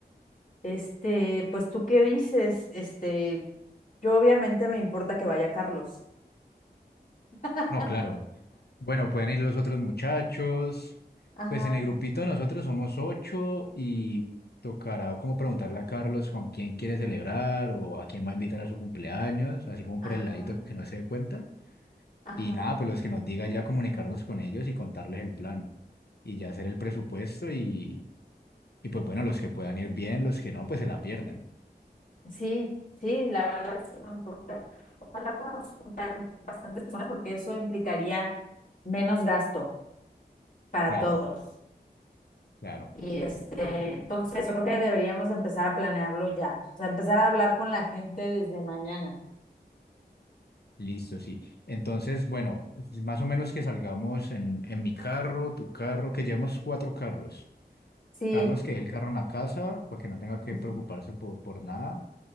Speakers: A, on the left (about 55°); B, on the left (about 75°).
A: Este, pues tú qué dices, este, Yo obviamente me importa que vaya Carlos. <laughs>
B: No, claro. Bueno, pueden ir los otros muchachos.
A: Ajá,
B: Pues en el grupito nosotros somos ocho y tocará como preguntarle a Carlos con quién quiere celebrar o a quién va a invitar a su cumpleaños, así como
A: ajá,
B: por el ladito que no se dé cuenta.
A: ajá.
B: Y nada, pues los que nos diga ya comunicarnos con ellos y contarles el plan y ya hacer el presupuesto y, y pues bueno, los que puedan ir bien, los que no, pues se la pierden.
A: Sí, sí, la verdad sí me importa. Ojalá podamos juntar bastantes personas porque eso implicaría menos gasto para
B: Claro,
A: todos.
B: claro.
A: Y este, entonces yo creo que deberíamos empezar a planearlo ya. O sea, empezar a hablar con la gente desde mañana.
B: Listo, sí. Entonces, bueno, más o menos que salgamos en, en mi carro, tu carro, que llevemos cuatro carros.
A: Sí,
B: Carlos que deje el carro en la casa para que no tenga que
A: ujú,
B: preocuparse por, por nada.